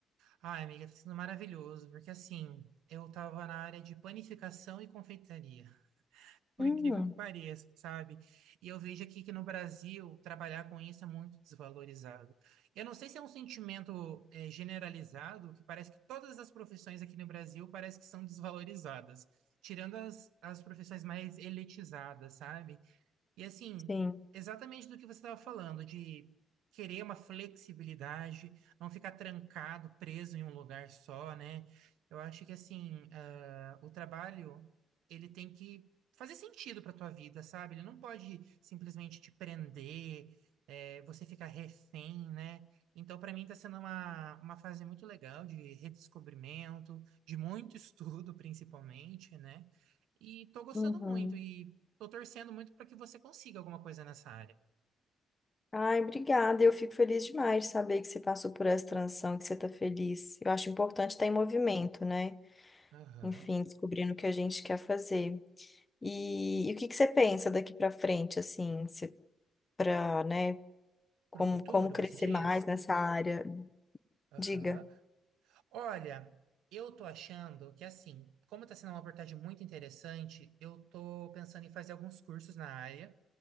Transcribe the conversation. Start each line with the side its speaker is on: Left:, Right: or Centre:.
Right: Ah, amiga, tá sendo maravilhoso, porque assim, eu tava na área de panificação e confeitaria. por
Left: Hum,
Right: incrível que pareça, sabe? E eu vejo aqui que no Brasil trabalhar com isso é muito desvalorizado. Eu não sei se é um sentimento eh, generalizado, que parece que todas as profissões aqui no Brasil parece que são desvalorizadas, tirando as, as profissões mais elitizadas, sabe? E assim,
Left: sim.
Right: exatamente do que você estava falando, de querer uma flexibilidade, não ficar trancado, preso em um lugar só, né? Eu acho que assim, ah, o trabalho, ele tem que fazer sentido para tua vida, sabe? Ele não pode simplesmente te prender, eh, você ficar refém, né? Então, para mim, está sendo uma, uma fase muito legal de redescobrimento, de muito <laughs> estudo, principalmente, né? E tô gostando
Left: Uhum.
Right: muito. E Tô torcendo muito para que você consiga alguma coisa nessa área.
Left: Ai, obrigada. Eu fico feliz demais de saber que você passou por essa transição, que você tá feliz. Eu acho importante estar em movimento, né?
Right: Aham.
Left: Enfim, descobrindo o que a gente quer fazer. E, e o que que você pensa daqui para frente, assim? para, né, como,
Right: Pro futuro,
Left: como crescer
Right: você diz?
Left: mais nessa área.
Right: Aham.
Left: Diga.
Right: Olha, eu tô achando que assim, como tá sendo uma abordagem muito interessante, eu tô pensando em fazer alguns cursos na área,